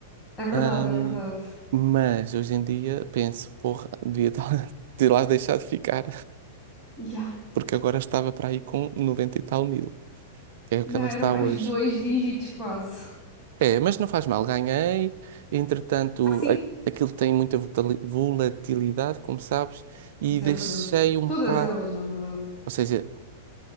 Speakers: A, on the left; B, on the right.
A: É
B: Ahm,
A: verdade, é verdade.
B: mas hoje em dia penso, porra, devia tá- <laughs> ter lá deixado ficar,
A: Yeah.
B: porque agora estava para aí com 90 e tal mil, que é o que
A: Yeah,
B: ela está
A: eram mais
B: hoje.
A: dois dígitos quase.
B: É, mas não faz mal, ganhei. Entretanto,
A: Ah, sim.
B: a- aquilo tem muita votali- volatilidade, como sabes, e
A: Isso
B: deixei
A: é verdade.
B: um
A: Todas
B: bocado,
A: elas, na verdade.
B: ou seja,